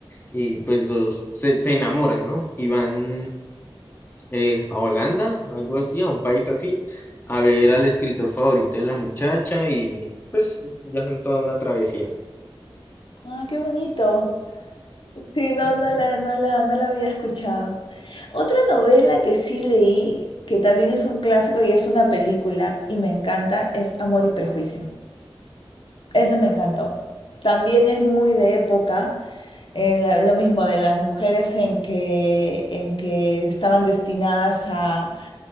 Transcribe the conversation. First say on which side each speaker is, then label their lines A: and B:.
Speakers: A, on the left; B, on the left.
A: y pues los, se, se enamoran, ¿no? Y van eh, a Holanda, algo así, a un país así, a ver al escritor favorito en la muchacha y pues viajan toda una travesía.
B: Ah, qué bonito. Sí, no, no la, no la, no la había escuchado. Otra novela que sí leí, que también es un clásico y es una película y me encanta, es Amor y Prejuicio. Esa me encantó. También es muy de época, eh, la- lo mismo de las mujeres en que, en que estaban destinadas a,